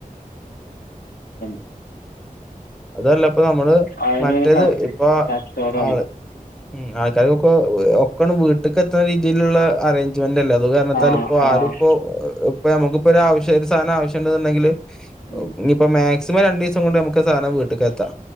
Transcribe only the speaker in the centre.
അതല്ല ഇപ്പൊ നമ്മള്
മറ്റേത്
ഇപ്പൊ
ആള് ഉം ആൾക്കാർക്കൊക്കെ ഓഹ് ഒക്കണം വീട്ട്ക്ക് എത്ത രീതിയിലുള്ള അറേഞ്ച്മെന്റല്ലേ ത് കാരണത്താൽ
ഇപ്പോ
ആരുപ്പോ പ്പൊ നമക്കിപ്പോ രാവശ്യം ഒരു സാനം ആവശ്യണ്ടെന്നുണ്ടെങ്കില്
ഓഹ് ഞ്ഞിപ്പം മാക്സിമം രണ്ടീസം കൊണ്ട് നമുക്ക് സാധനം വീട്ട്ക്ക് എത്താ